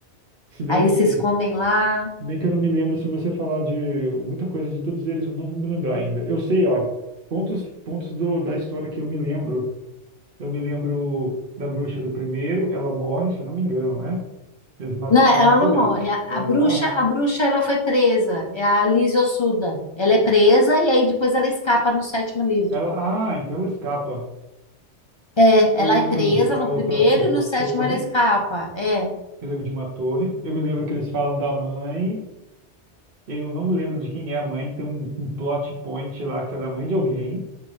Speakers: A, on the right; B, on the left.
A: Se bem
B: aí eles
A: que
B: se escondem lá.
A: Bem que eu não me lembro se você falar de muita coisa de todos eles, eu não vou me lembrar ainda. Eu sei, ó, pontos, pontos do, da história que eu me lembro. Eu me lembro da bruxa do primeiro, ela morre, se eu não me engano, né? Eles matam
B: Não, ela
A: ela no primeiro.
B: não morre. A, a
A: Ela
B: bruxa,
A: não morre?
B: a bruxa, ela foi presa. É a Liz Ossuda. Ela é presa e aí depois ela escapa no sétimo livro.
A: Ela, ah, então ela escapa.
B: É,
A: Eu
B: ela
A: lembro
B: é presa
A: de uma
B: no primeiro
A: outra, de
B: e
A: uma
B: no sétimo
A: torre.
B: ela escapa. É,
A: Eu lembro de uma torre. Eu me lembro que eles falam da mãe. Eu não me lembro de quem é a mãe. Tem um, um plot point lá que é da mãe de alguém.